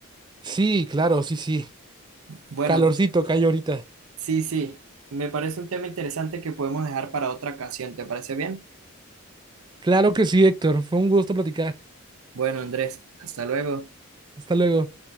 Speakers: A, on the right; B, on the right.
A: Sí, claro, sí, sí.
B: Bueno,
A: Calorcito que hay ahorita.
B: Sí, sí, me parece un tema interesante que podemos dejar para otra ocasión, ¿te parece bien?
A: Claro que sí, Héctor. Fue un gusto platicar.
B: Bueno, Andrés, hasta luego.
A: Hasta luego.